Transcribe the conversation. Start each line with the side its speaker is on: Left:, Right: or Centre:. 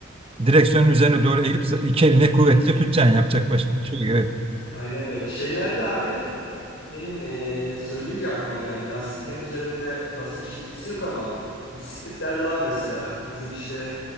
Right: direksiyonun üzerine doğru eğilip iki eline kuvvetlice tutacaksın. Yapacak başka bir şey yok. Evet.
Left: Aynen öyle. Şeyler de abi demin eee söyleyince aklıma geldi. Lastiklerin üzerinde basınç bilgisi yok ama bisikletlerde var mesela. Bizim işte